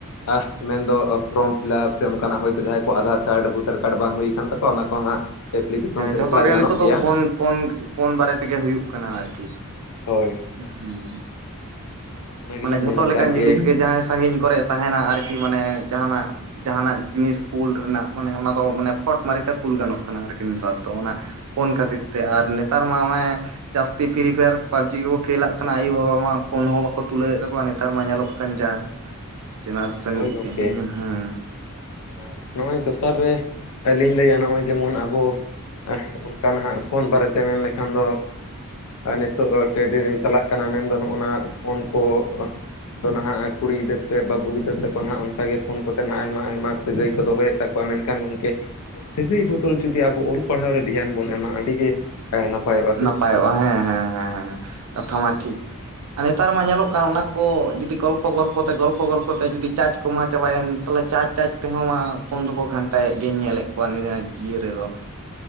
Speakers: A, on the left; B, on the right.
A: ᱟᱡ ᱢᱮᱱᱫᱚ ᱯᱷᱨᱚᱢ ᱯᱷᱤᱞᱟᱯ ᱥᱮ ᱚᱱᱠᱟᱱᱟᱜ ᱦᱳᱭᱛᱳ ᱡᱟᱦᱟᱸᱭ ᱠᱚ ᱟᱫᱷᱟᱨ ᱠᱟᱨᱰ ᱵᱷᱳᱴᱟᱨ ᱠᱟᱨᱰ ᱵᱟᱝ ᱦᱩᱭ ᱟᱠᱟᱱ ᱛᱟᱠᱚᱣᱟ ᱚᱱᱟ ᱠᱚ ᱦᱟᱸᱜᱼᱼ ᱮᱯᱞᱤᱠᱮᱥᱚᱱ ᱥᱮ
B: ᱡᱚᱛᱚ
A: ᱮᱯᱞᱟᱭ
B: ᱜᱮ
A: ᱜᱟᱱᱚᱜ
B: ᱱᱤᱛᱚᱜ
A: ᱜᱮᱭᱟ᱾
B: ᱫᱚ ᱯᱷᱳᱱ ᱯᱷᱳᱱ ᱯᱷᱳᱱ ᱵᱟᱨᱮ ᱛᱮᱜᱮ ᱦᱩᱭᱩᱜ ᱠᱟᱱᱟ ᱟᱨᱠᱤ᱾
A: ᱦᱳᱭ
B: ᱦᱩᱸ
A: ᱚᱱᱟ ᱜᱮᱞᱤᱧ
B: ᱢᱟᱱᱮ ᱡᱷᱚᱛᱚ
A: ᱢᱮᱱᱟ
B: ᱞᱮᱠᱟᱱ
A: ᱡᱟᱠᱜᱮ
B: ᱡᱤᱱᱤᱥ ᱜᱮ ᱡᱟᱦᱟᱸᱭ ᱥᱟᱺᱜᱤᱧ ᱠᱚᱨᱮᱜ ᱛᱟᱦᱮᱱᱟ ᱟᱨᱠᱤ ᱢᱟᱱᱮ ᱡᱟᱦᱟᱱᱟᱜ ᱡᱟᱦᱟᱸᱱᱟᱜ ᱡᱤᱱᱤᱥ ᱠᱩᱞ ᱨᱮᱱᱟᱜ ᱢᱟᱱᱮ ᱚᱱᱟ ᱫᱚ ᱢᱟᱱᱮ ᱯᱚᱴ ᱢᱟᱨᱤᱛᱮ ᱠᱩᱞ ᱜᱟᱱᱚᱜ ᱠᱟᱱᱟ ᱟᱨᱠᱤ ᱱᱮᱛᱟᱨ ᱫᱚ᱾ ᱛᱚ ᱚᱱᱟ ᱯᱷᱳᱱ ᱠᱷᱟᱹᱛᱤᱨᱼᱼ ᱛᱮ ᱟᱨ ᱱᱮᱛᱟᱨ ᱢᱟ ᱚᱱᱮ ᱡᱟᱹᱥᱛᱤ ᱯᱷᱤᱨᱤ ᱯᱷᱟᱭᱟᱨ ᱯᱟᱵᱡᱤ ᱠᱚᱠᱚ ᱠᱷᱮᱞᱟᱜ ᱠᱟᱱᱟ ᱟᱭᱩᱵᱟᱵᱟ ᱢᱟ ᱯᱷᱳᱱ ᱦᱚᱸ ᱵᱟᱼᱼ ᱠᱚ ᱛᱩᱞᱟᱹᱣᱮᱫ ᱛᱟᱠᱚᱣᱟ ᱱᱮᱛᱟᱨ ᱢᱟ ᱧᱮᱞᱚᱜ ᱠᱟᱱ ᱡᱟ ᱡᱮᱱᱟᱨᱮᱥᱚᱱ
A: ᱦᱳᱭ ᱜᱚᱝᱠᱮ
B: ᱦ ᱦᱩᱸ᱾
A: ᱟᱨ ᱱᱚᱜᱼᱚᱭ ᱫᱚᱥᱟᱨ ᱨᱮ ᱟᱹᱞᱤᱧ ᱞᱟᱹᱭᱟ ᱱᱚᱜᱼᱚᱭ ᱡᱮᱢᱚᱱᱼᱼ ᱚ ᱚᱱᱠᱟᱱᱟᱜ ᱦᱟᱜ ᱯᱷᱳᱱ ᱵᱟᱨᱮᱛᱮᱼᱼ ᱛᱮ ᱢᱮᱱᱞᱠᱷᱟᱱ ᱫᱚ ᱱᱤᱛᱚᱜ ᱴᱨᱮᱰᱤ ᱪᱟᱞᱟᱜ ᱠᱟᱱᱟ ᱢᱮᱱᱫᱚ ᱱᱚᱜᱼᱱᱟ ᱯᱷᱳᱱ ᱠᱚ᱾ ᱚ ᱱᱟᱦᱟᱜ ᱠᱩᱲᱤ ᱜᱤᱫᱟᱹᱨ ᱥᱮ ᱵᱟᱹᱵᱩ ᱜᱤᱫᱟᱹᱨ ᱛᱟᱠᱚ ᱱᱟᱦᱜ ᱚᱱᱠᱟ ᱜᱮ ᱯᱷᱳᱱ ᱠᱚᱛᱮ ᱱᱟᱦᱟᱜ ᱟᱭᱢᱟ ᱟᱭᱢᱟᱼᱼ ᱥᱟᱹᱜᱟᱹᱭ ᱠᱚ ᱫᱚᱦᱚᱭᱮᱫ ᱛᱟᱠᱚᱣᱟ ᱢᱮᱱᱠᱷᱟᱱ ᱜᱚᱝᱠᱮᱼᱼ ᱥᱟᱹᱜᱟ. ᱭ ᱵᱚᱫᱚᱞ ᱡᱩᱫᱤ ᱟᱵᱚ ᱚᱞ ᱯᱟᱲᱦᱟᱣ ᱨᱮ ᱫᱷᱮᱭᱟᱱ ᱵᱚᱱ ᱮᱢᱟᱜ-ᱟ ᱟᱹᱰᱤᱜᱮᱼᱼ ᱦᱮᱸ ᱱᱟᱯᱟᱭᱚᱜ-ᱟ᱾
B: ᱱᱟᱯᱟᱭᱚᱜᱼᱟ ᱦᱮᱸ ᱦᱮᱸ ᱦᱮᱸ᱾ ᱠᱟᱛᱷᱟ ᱢᱟ ᱴᱷᱤᱠ ᱟᱨ ᱱᱮᱛᱟᱨ ᱢᱟ ᱧᱮᱞᱚᱜ ᱠᱟᱱ ᱚᱱᱟ ᱠᱚ ᱡᱩᱫᱤ ᱜᱚᱞᱯᱼᱼ ᱜᱚᱞᱯᱚ ᱜᱚᱞᱯᱚ ᱛᱮ ᱜᱚᱞᱯᱚ ᱜᱚᱞᱯᱚ ᱛᱮ ᱡᱩᱫᱤ ᱪᱟᱨᱡᱽ ᱠᱚ ᱮᱢᱟ ᱪᱟᱵᱟᱭᱮᱱ ᱛᱟᱦᱚᱞᱮ ᱪᱟᱡᱽ ᱪᱟᱨᱡᱽ ᱛᱮᱦᱚᱸ ᱢᱟ ᱯᱷᱳᱱ ᱫᱚᱠᱚ ᱜᱷᱟᱱᱴᱟᱭᱮᱫ ᱜᱮ ᱧᱮᱞᱮᱫ ᱯᱟ ᱱᱤᱭᱟ. ᱤᱭᱟᱹ ᱨᱮ ᱫᱚ᱾